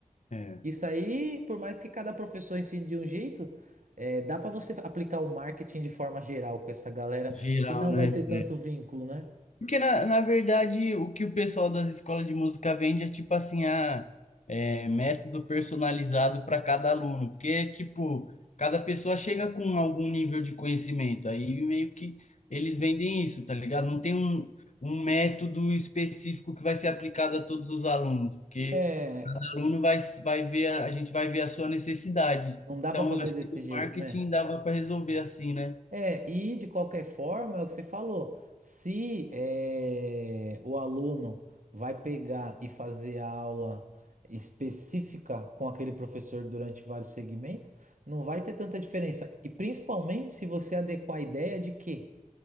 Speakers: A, on the left; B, on the right.
A: é.
B: isso aí, por mais que cada professor ensine de um jeito, é, dá para você aplicar o marketing de forma geral com essa galera
A: Geral,
B: que não
A: né?
B: vai ter tanto vínculo, né?
A: Porque, na, na verdade, o que o pessoal das escolas de música vende é tipo assim, a, é, método personalizado para cada aluno. Porque, tipo, cada pessoa chega com algum nível de conhecimento. Aí meio que eles vendem isso, tá ligado? Não tem um, um método específico que vai ser aplicado a todos os alunos. Porque
B: É,
A: o aluno vai, vai ver, a, a gente vai ver a sua necessidade.
B: não dá
A: Então,
B: para fazer
A: eu acho
B: desse
A: que o
B: jeito,
A: marketing
B: né?
A: dava para resolver assim, né?
B: É, e de qualquer forma, é o que você falou. Se eh, o aluno vai pegar e fazer a aula específica com aquele professor durante vários segmentos, não vai ter tanta diferença. E principalmente se você adequar a ideia de que